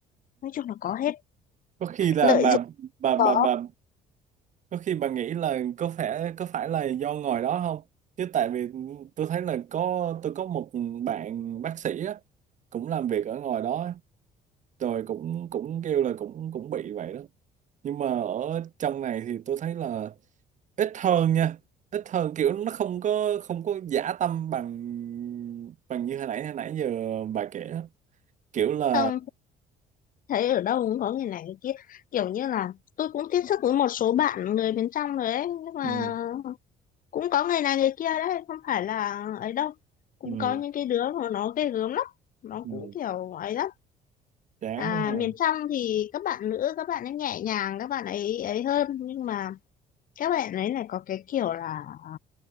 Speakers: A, on the left; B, on the right.
A: Nói chung là có hết,
B: Có khi là
A: lợi
B: bà
A: dụng
B: bà bà
A: có,
B: bà có khi bà nghĩ là có phải có phải là do ngồi đó không? Chứ tại vì tôi thấy là có tôi có một bạn bác sĩ á cũng làm việc ở ngoài đó á, rồi cũng cũng kêu là cũng cũng bị vậy đó nhưng mà ở trong này thì tôi thấy là ít hơn nha ít hơn kiểu nó không có không có dã tâm bằng bằng như hồi nãy hồi nãy giờ bà kể đó. kiểu là
A: không thấy ở đâu cũng có người này người kia. Kiểu như là tôi cũng tiếp xúc với một số bạn người bên trong rồi ấy, nhưng mà
B: ừ,
A: cũng có người này người kia đấy không phải là ấy đâu cũng
B: ừ,
A: có những cái đứa mà nó ghê gớm lắm nó
B: ừ,
A: cũng kiểu ấy lắm
B: chán
A: à,
B: quá ha
A: miền trong thì các bạn nữ các bạn ấy nhẹ nhàng các bạn ấy ấy hơn nhưng mà các bạn ấy lại có cái kiểu là à,